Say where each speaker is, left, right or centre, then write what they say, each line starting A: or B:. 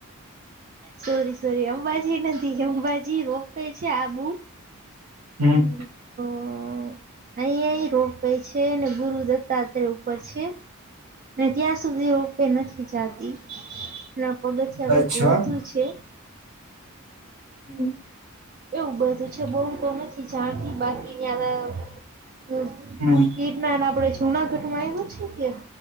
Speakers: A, on the right; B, on the right.
A: સોરી, સોરી, અંબાજી નથી, કેમ અંબાજી રોકાય છે આબુ
B: હમ
A: <unintelligible> અઈએ રોપે છે ને ગુરુ દત્તાત્રે ઉ ઉપર છે ને ત્યાં સુધી ઉં કંઈ નથી જાતી, એના પગથિયા
B: અચ્છા
A: <unintelligible> છે.
B: <inaudible>
A: એવું બધું છે બઉ તો નથી જાણતી બાકી ન્યાં <unintelligible>
B: હમ
A: કીટનાર આપણે જુનાગઢમાં આયવુ છે કે